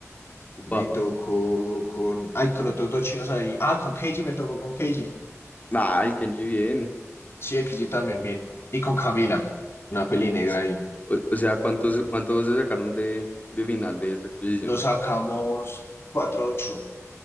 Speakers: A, on the left; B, on the left.
A: Upa.
B: Me tocó con. Ay, con otros dos chinos ahí. Ah, con Keiji me tocó con Keiji.
A: Ah, el Kenji bien.
B: Sí, Keiji también, bien. Y con Camila, una peli negra
A: S-
B: ahí.
A: O, o sea, ¿cuántos, cuántos se sacaron de, de final de esa exposición?
B: Nos sacamos cuatro ocho